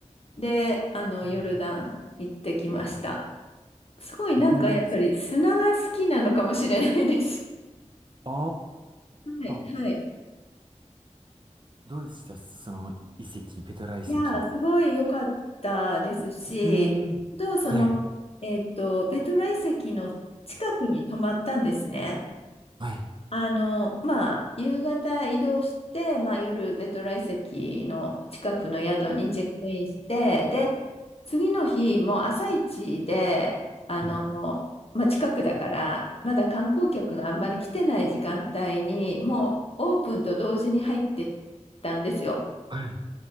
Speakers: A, on the left (about 50°); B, on the right (about 40°).
A: で、あの、ヨルダン行ってきました。
B: ね
A: すごいなんかやっぱり砂が好きなのかもしれないです。
B: ペトラ遺跡。あ
A: はい、
B: あ、
A: はい。
B: どうでしたその遺跡、ペトラ遺跡。
A: いやー、すごい良かったですし、
B: ええ
A: あとその、
B: はい、
A: えっと、ペトラ遺跡の近くに泊まったんですね。
B: はい、
A: あの、まあ、夕方移動して、まあ、夜、ベトラ遺跡の近くの宿にチェックインして、で、次の日、もう朝一で、あの、
B: はい、
A: まあ、近くだから、まだ観光客があんまり来てない時間帯に、もうオープンと同時に入ってったんですよ。
B: はい。